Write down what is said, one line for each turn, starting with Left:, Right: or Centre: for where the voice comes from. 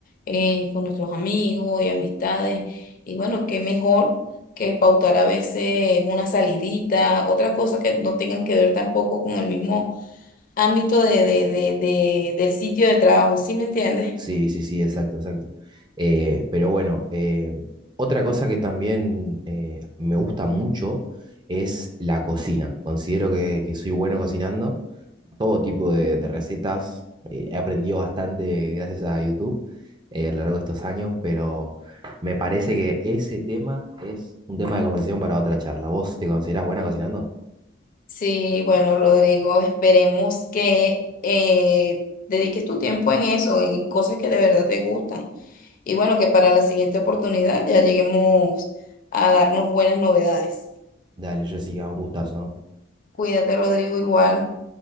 Left: eh, con nuestros amigos y amistades. Y bueno, qué mejor que pautar a veces una salidita, otra cosa que no tengan que ver tampoco con el mismo ámbito de, de- de- de- del sitio de trabajo, ¿sí me entiendes?
Right: Sí, sí, sí, exacto, exacto. Eh, pero bueno, eh, otra cosa que también eh, me gusta mucho es la cocina. Considero que, que soy bueno cocinando todo tipo de, de recetas. Eh, he aprendido bastante gracias a YouTube eh, a lo largo de estos años, pero me parece que ese tema es un tema de conversación para otra charla. ¿Vos te considerás buena cocinando?
Left: Sí, bueno, Rodrigo, esperemos que eh, dediques tu tiempo en eso, en cosas que de verdad te gustan. Y bueno, que para la siguiente oportunidad ya lleguemos a darnos buenas novedades.
Right: Dale, Jessica, un gustazo. ¿no?
Left: Cuídate, Rodrigo, igual.